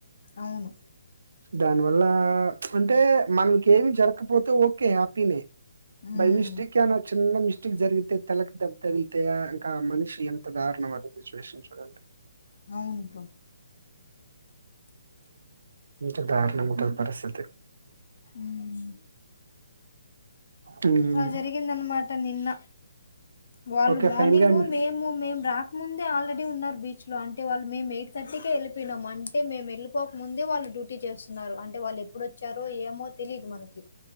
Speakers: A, on the left; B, on the right.
A: అవును.
B: దానివల్ల అంటే మనకి ఏమి జరకపోతే ఓకే హ్యాపీనే
A: హ్మ్.
B: బైమిస్టేక్ ఏమన్న చిన్న మిస్ జరిగితే తలకి దెబ్బ తగిలితే ఇంకా ఆ మనిషి ఎంత దారుణం అ సిచువేషన్ చూడండి.
A: అవును బ్రో
B: ఇంకా దారుణం ఉంటది. పరిస్థితి.
A: మ్మ్
B: హ్మ్.
A: ఆ జరిగిందన్నమాట్ ట నిన్న వాళ్ళు
B: ఓకే
A: మార్నింగు
B: ఫైనల్‌గా మీ
A: మేము మేము రాకముందే ఆల్రెడీ ఉన్నారు బి చ్లో అంటే వాళ్ళు మేం ఎయిట్ థర్టీకే ఎళ్ళిపోయినం అంటే మేము ఎళ్ళిపోక ముందే వాళ్ళు డ్యూటీ చేస్తున్నారు. అంటే వాళ్ళు ఎప్పుడోచ్చారో ఏమో తెలీదు మనకి